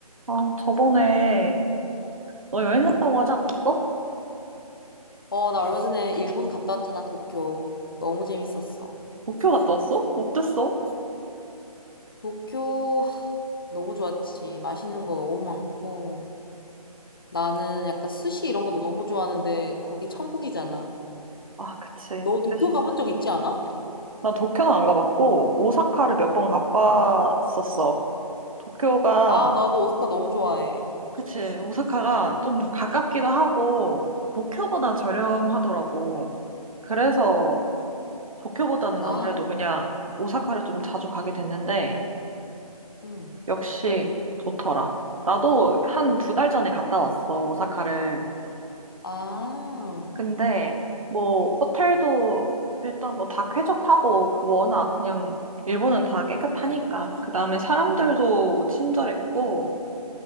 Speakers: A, on the right; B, on the left.
A: 아, 저번에 너 여행 갔다고
B: 어,
A: 하지 않았어?
B: 어, 나 얼마 전에 일본 갔다 왔잖아, 도쿄. 너무 재밌었어.
A: 도쿄 갔다 왔어? 어땠어?
B: 도쿄 하, 너무 좋았지. 맛있는 거 너무 많고. 나는 약간 스시 이런 거 너무 좋아하는데 거기 천국이잖아.
A: 아, 그치.
B: 너 도쿄
A: 사실
B: 가본 적 있지 않아?
A: 나 도쿄는 안 가봤고 오사카를 몇 번 가봤었어. 도쿄가
B: 아, 나도 오사카 너무 좋아해.
A: 그치. 오사카가 좀 가깝기도 하고 도쿄보단 저렴하더라고. 그래서 도쿄보다는
B: 아,
A: 아무래도 그냥 오사카를 좀 자주 가게 됐는데
B: 응.
A: 역시 좋더라. 나도 한 두 달 전에 갔다 왔어, 오사카를.
B: 아,
A: 근데 뭐 호텔도 일단 뭐 다 쾌적하고 뭐 워낙 그냥 일본은 다 깨끗하니까 그 다음에 사람들도 친절했고